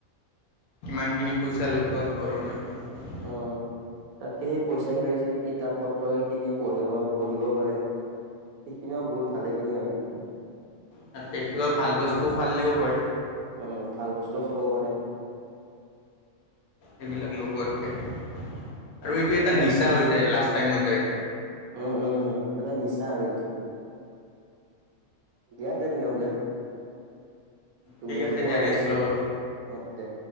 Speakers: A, on the left; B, on the right.
A: ইমানখিনি পইচা লগোৱা ঘৰৰ মানুহে-
B: উম তাতকে সেই পইচা খিনিৰে যদি কিতাপ পত্ৰকে কিনি পঢ়িব পঢ়িব পাৰে। সেইখিনিও বহুত ভালে খিনি মানে-
A: তাতে কিবা ভাল বস্তুও ফালিলেও হয়-
B: উম ভাল বস্তুও খাবও পাৰে।
A: সেইবিলাক লগোৱাতকে।
B: উম
A: আৰু
B: উম
A: এইটো এটা
B: দিয়াত
A: নিচা হৈ যায় লাষ্ট টাইমত যায়।
B: উম্ উম। চাৰিটো- দিয়া তে তেনেহলে। তুমিও
A: ঠিক আছে
B: খোৱা
A: দিয়া
B: আৰু
A: ৰেষ্ট
B: আহ
A: লওঁ অলপ।
B: দিয়া।